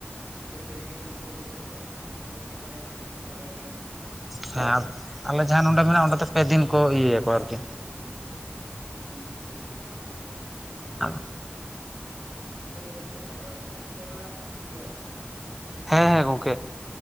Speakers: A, on the right; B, in the centre.
A: ᱥᱮ ᱯᱮ ᱫᱤᱱ ᱨᱮᱱᱟᱜ ᱠᱚ ᱦᱟᱹᱨᱟᱥᱮ ᱟᱹᱰᱤ ᱱᱟᱯᱟᱭ ᱵᱟᱲᱟ ᱜᱮ ᱦᱩᱭᱩᱜ ᱜᱮᱭᱟ
B: ᱥᱟᱵ ᱟᱞᱮ ᱡᱟᱦᱟᱸ ᱱᱚᱰᱮ ᱠᱷᱚᱱᱟᱜ-ᱟ ᱚᱸᱰᱮ ᱫᱚ ᱯᱮᱫᱤᱱ ᱠᱚ ᱤᱭᱟᱹᱭᱟᱠᱚ ᱟᱨᱠᱤ
A: ᱦᱩᱸ
B: ᱟᱵ
A: ᱛᱟᱦᱚᱞᱮ ᱜᱚᱝᱠᱮ ᱥᱟᱠᱨᱟᱛ ᱵᱟᱲᱟᱜ ᱜᱮᱭᱟᱯᱮ ᱥᱮ ᱵᱟᱝ
B: ᱦᱮᱸ ᱦᱮᱸ ᱜᱚᱝᱠᱮ